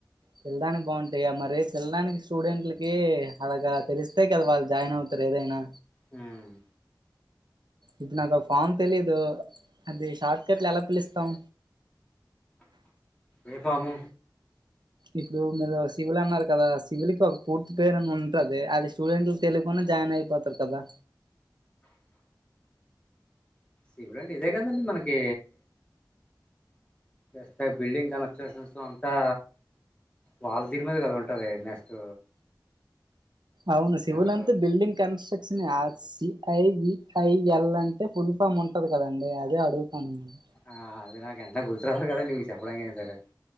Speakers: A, on the right (about 80°); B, on the left (about 15°).
A: పిల్డానికి బాగుంటాయి మరి పిల్డాడానికి స్టూడెంట్లకి అలాగా తెలిస్తే కదా వాళ్ళు జాయిన్ అవుతారు ఏదైనా
B: హ్మ్
A: ఇది నాకు ఫామ్ తెలీదు అది షార్ట్కట్లు ఎలా పిలుస్తాం
B: ఏ ఫాము
A: ఇప్పుడు మీరు సివిల్ అన్నారు కదా సివిల్ కి ఒక పూర్తి పేరుని ఉంటది అది స్టూడెంట్లు తెలీకుండా జాయిన్ అయిపోత కదా
B: <unintelligible> ఇదే కదండి మనకి స్తే బిల్డింగ్ కన్స్ట్రక్షన్స్ అంతా వాళ్ళ దీని మీద కదా ఉంటది నెక్స్ట్
A: అవును సివిల్
B: ఏమంటారు
A: అంత బిల్డింగ్ కన్స్ట్రక్షనే సిఐ విఐఎల్ అంటే ఫుల్ ఫామ్ ఉంటది కదండి అదే అడుగుతాను నేను
B: ఆ అది నాకు ఎంత గుర్తురావాలి కదండి నీకు చెప్పడానికి అయిన సరే